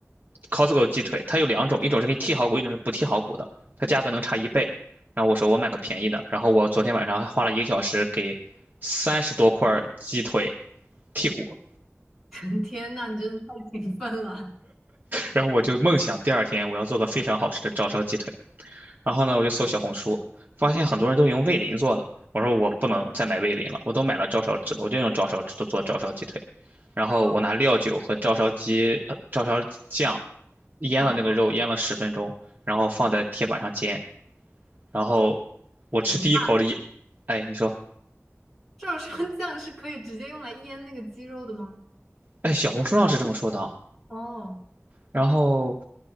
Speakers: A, on the right; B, in the centre.
A: Costco 鸡腿，它有两种，一种是给你剔好骨，一种是不剔好骨的，它价格能差一倍。然后我说我买个便宜的，然后我昨天晚上还花了一个小时给三十多块鸡腿剔骨，
B: <laughs> 天呐，你真的太勤奋了。
A: 然后我就梦想第二天我要做个非常好吃的照烧鸡腿。然后呢，我就搜小红书，发现很多人都用味淋做的。我说我不能再买味淋了，我都买了照烧汁了，我就用照烧汁做做照烧鸡腿。然后我拿料酒和照烧鸡、
B: 嗯，
A: 呃照烧酱腌了那个肉，
B: 等
A: 腌了十分钟，然后放在铁板上煎。然后我吃第一口里，
B: 等一下，
A: 哎，你说，
B: 照烧酱是可以直接用来腌那个鸡肉的吗？
A: 哎，小红书上是这么说的啊
B: 哦，
A: 然后，